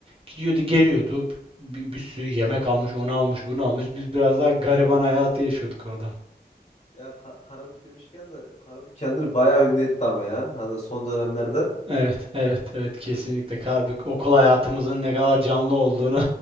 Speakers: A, on the right (about 30°); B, on the left (about 40°).
A: Gidiyordu geliyordu. Bir, bir sürü yemek almış, onu almış, bunu almış. Biz biraz daha gariban hayatı yaşıyorduk orada.
B: Ya Ka- Karabük demişken de Karabük kendini bayağı ünlü etti ama ya. Hani son dönemlerde.
A: Evet, evet, evet kesinlikle. Kalbi- Okul hayatımızın ne kadar canlı olduğunu